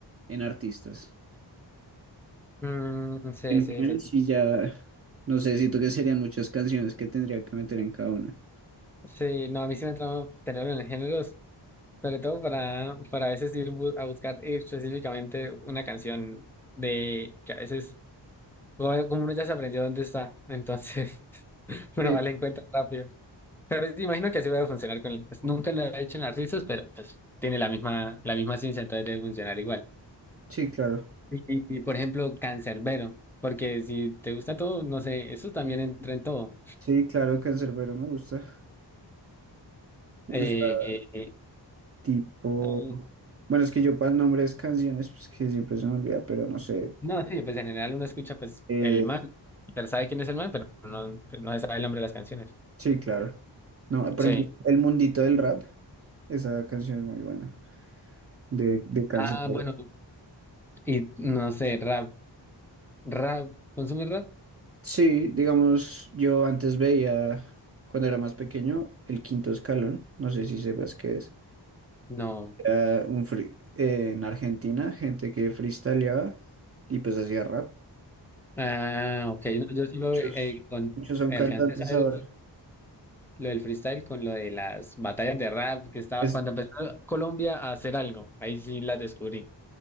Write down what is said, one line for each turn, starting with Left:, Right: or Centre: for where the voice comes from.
Right: en artistas.
Centre: Mm, sí,
Right: En
Centre: sí,
Right: general,
Centre: sí.
Right: sí ya, no sé, siento que serían muchas canciones que tendría que meter en cada una.
Centre: Sí, no, a mí sí me trama tenerlo en géneros Sobre todo para, para a veces ir bu- a buscar específicamente una canción de que a veces, como como uno ya se aprendió dónde está, entonces <laughs> uno
Right: Sí,
Centre: vale en cuenta rápido. Pero sí, imagino que así va a funcionar con él pues, nunca lo he hecho en artistas, pero pues tiene la misma, la misma ciencia, entonces debe funcionar igual.
Right: sí, claro.
Centre: Y, y, por ejemplo, Cancerbero, porque si te gusta todo, no sé, eso también entra en todo.
Right: Sí, claro, Canserbero me gusta. O
Centre: Eh,
Right: sea,
Centre: eh,
Right: tipo,
Centre: eh,
Right: bueno, es que yo para nombres canciones, pues que siempre se me olvida, pero no sé.
Centre: No, sí, pues en general uno escucha pues
Right: Eh,
Centre: el man, pero sabe quién es el man, pero no, no se sabe el nombre de las canciones.
Right: sí, claro. No, por
Centre: Sí.
Right: ejemplo, El Mundito del Rap, esa canción es muy buena, de, de Canserbero.
Centre: Ah, bueno, y no sé, rap, rap, ¿consume rap?
Right: Sí, digamos, yo antes veía, cuando era más pequeño, el quinto escalón, no sé si sepas qué es.
Centre: No.
Right: Era un free- eh, en Argentina, gente que freestyleaba y pues hacía rap.
Centre: Ah, ok, no, yo solo
Right: Muchos,
Centre: eh, con,
Right: muchos son
Centre: alcancé
Right: cantantes
Centre: a saber
Right: ahora.
Centre: el- lo del freestyle con lo de las batallas de rap que estaba,
Right: Es-
Centre: cuando empezó Colombia a hacer algo, ahí sí las descubrí,